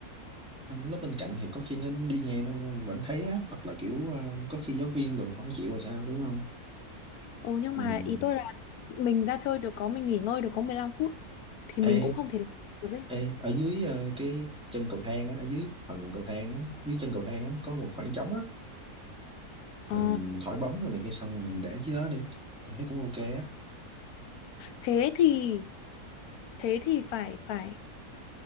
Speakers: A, in the centre; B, on the left.
A: nó bên cạnh thì có khi nó đi nghe nó vẫn thấy á hoặc là kiểu ờ, có khi giáo viên đồ không chịu rồi sao đúng không
B: ồ nhưng
A: mình
B: mà ý tôi là mình ra chơi được có mình nghỉ ngơi được có 15 phút thì
A: ê
B: mình cũng không thể làm được ấy
A: ê ở dưới ờ, cái chân cầu thang á ở dưới phần cầu thang á dưới chân cầu thang á có một khoảng trống á
B: ờ
A: mình thổi bóng rồi này kia xong rồi mình để dưới đó đi tôi thấy cũng ok á
B: thế thì thế thì phải phải